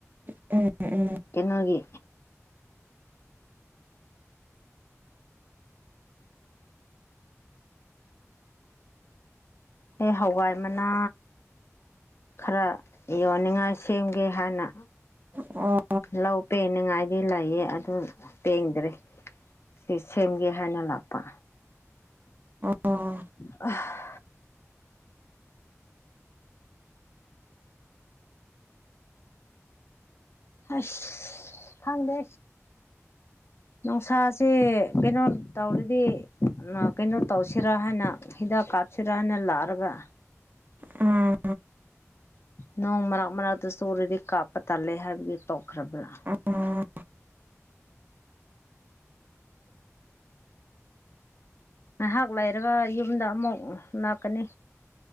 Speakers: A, on the right (about 35°); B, on the left (about 50°).
A: ꯎꯝ
B: ꯀꯩꯅꯣꯒꯤ ꯑꯩ ꯍꯋꯥꯏ ꯃꯅꯥ ꯈꯔ ꯌꯣꯟꯅꯤꯡꯉꯥꯏ ꯁꯦꯝꯒꯦ ꯍꯥꯏꯅ
A: ꯎꯝ ꯑꯣ
B: ꯂꯧ ꯄꯦꯡꯅꯤꯡꯉꯥꯏꯗꯤ ꯂꯩꯌꯦ ꯑꯗꯨ ꯄꯦꯡꯗ꯭ꯔꯦ ꯁꯤ ꯁꯦꯝꯒꯦ ꯍꯥꯏꯅ ꯂꯥꯛꯄ
A: ꯑꯣ
B: <unintelligible> ꯍꯩꯁ ꯈꯪꯗꯦ ꯅꯨꯡꯁꯥꯁꯦ ꯀꯩꯅꯣ ꯇꯧꯔꯤꯗꯤ ꯀꯩꯅꯣ ꯇꯧꯁꯤꯔꯥ ꯍꯥꯏꯅ ꯍꯤꯗꯥꯛ ꯀꯥꯞꯁꯤꯔꯥ ꯍꯥꯏꯅ ꯂꯥꯛꯔꯒ
A: ꯎꯝ
B: ꯅꯣꯡ ꯃꯔꯛ ꯃꯔꯛꯇ ꯆꯨꯔꯗꯤ ꯀꯥꯞꯄ ꯇꯥꯜꯂꯦ ꯍꯥꯏꯕꯒꯤ ꯇꯣꯛꯈ꯭ꯔꯕ꯭ꯔꯥ
A: ꯎꯝ
B: ꯉꯥꯏꯍꯥꯛ ꯂꯩꯔꯒ ꯌꯨꯝꯗ ꯑꯃꯨꯛ ꯂꯥꯛꯀꯅꯤ